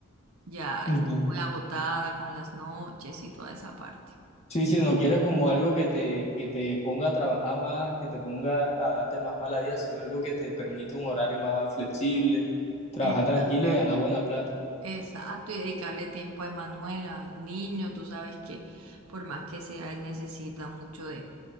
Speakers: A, on the right; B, on the left.
A: Ya estoy
B: Ujú.
A: muy agotada con las noches y toda esa parte.
B: Sí, si no quieres como algo que te, que te ponga a trabajar más, que te ponga a darte más mala vida, sino algo que te permita un horario más flexible, trabajar
A: Exactamente.
B: tranquilo y ganar buena plata.
A: Exacto, y dedicarle tiempo a Emanuela, al niño, tú sabes que por más que sea, él necesita mucho de,